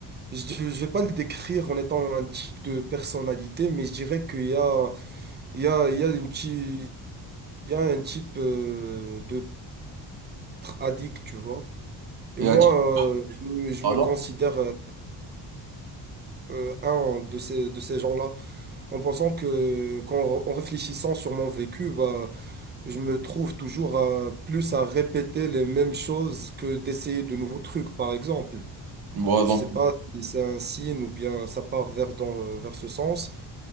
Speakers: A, on the right (about 25°); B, on the right (about 55°).
A: je ne vais pas le décrire en étant un type de personnalité, mais je dirais qu'il y a, il y a, il y a une petite, il y a un type euh, de addict, tu vois. Et
B: Il
A: moi,
B: y a un type de
A: euh, je, me je
B: talent.
A: me considère euh, euh, un de ces, de ces gens-là, en pensant que, qu'en, en réfléchissant sur mon vécu, bah, je me trouve toujours à, plus à répéter les mêmes choses que d'essayer de nouveaux trucs, par exemple.
B: Voilà,
A: Je
B: donc,
A: sais pas si c'est un signe ou bien ça part vers, dans, euh, vers ce sens,